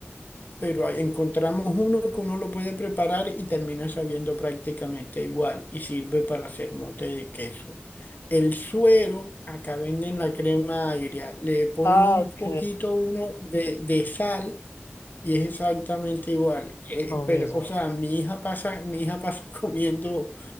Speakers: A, on the left; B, on the left.
A: pero ahí encontramos uno que uno lo puede preparar y termina sabiendo prácticamente igual y sirve para hacer mote de queso. El suero, acá venden la crema agria, le ponen
B: ah,
A: un
B: ok,
A: poquito uno de, de sal y es exactamente igual. Eh,
B: lo
A: pero,
B: mismo.
A: o sea, mi hija pasa, mi hija pasa <laughs> comiendo